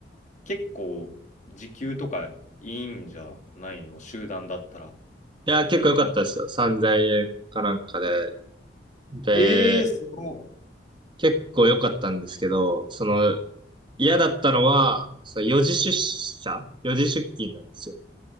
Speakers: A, on the left (about 45°); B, on the right (about 30°).
A: 結構、時給とかいいんじゃないの集団だったら。
B: いや、結構良かったですよ。3000円かなんかで。で、
A: ええすごい
B: 結構良かったんですけど、その、嫌だったのは、その時出社四時出勤なんですよ。